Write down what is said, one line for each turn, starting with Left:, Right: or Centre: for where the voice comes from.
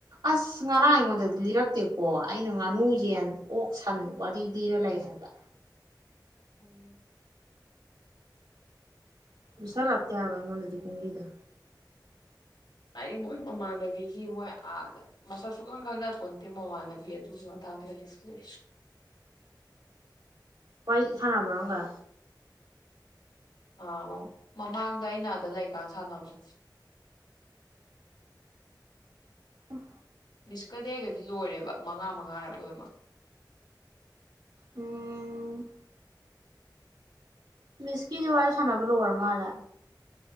Right: ꯑꯁ ꯉꯔꯥꯡ ꯑꯩꯉꯣꯟꯗꯗꯤ ꯂꯤꯔꯛꯇꯦꯀꯣ ꯑꯩꯅ ꯉꯥꯅꯨ ꯌꯦꯟ ꯑꯣꯛ ꯁꯟ ꯋꯥꯔꯤ ꯂꯤꯔ ꯂꯩ ꯍꯥꯏꯕ
Left: ꯎꯝ
Right: ꯄꯩꯁꯥ ꯂꯥꯛꯇꯦ ꯍꯥꯏꯕ ꯑꯩꯉꯣꯟꯗꯗꯤ ꯄꯨꯡꯕꯤꯗ
Left: ꯑꯩ ꯃꯣꯏ ꯃꯃꯥꯟꯅꯕꯤꯒꯤ ꯃꯣꯏ ꯃꯁꯛ ꯁꯨꯈꯪ ꯈꯪꯅ ꯈꯣꯟꯇꯦ ꯃꯃꯥꯟꯅꯕꯤ ꯑꯗꯨꯒꯤ ꯃꯇꯥꯡꯗ ꯀꯜꯂꯤꯁꯤꯨꯔꯦ
Right: ꯄꯏ ꯍꯅ ꯐꯔꯣꯡꯒꯥ
Left: ꯑꯥ ꯃꯃꯥꯡꯗ ꯑꯩꯅ ꯑꯗ ꯂꯩꯀꯥꯟ ꯁꯥꯟꯅꯕꯁꯨꯣ
Right: ꯎꯝ
Left: ꯃꯤꯁꯀꯗꯦꯒꯗꯤ ꯂꯣꯏꯔꯦꯕ ꯃꯉꯥ ꯃꯉꯥꯔ ꯂꯣꯏꯅꯃꯛ
Right: ꯎꯝ ꯃꯤꯁꯀꯤꯗꯤ ꯋꯥ ꯁꯅꯕꯨ ꯂ ꯋꯥꯔ ꯃꯥꯜꯦ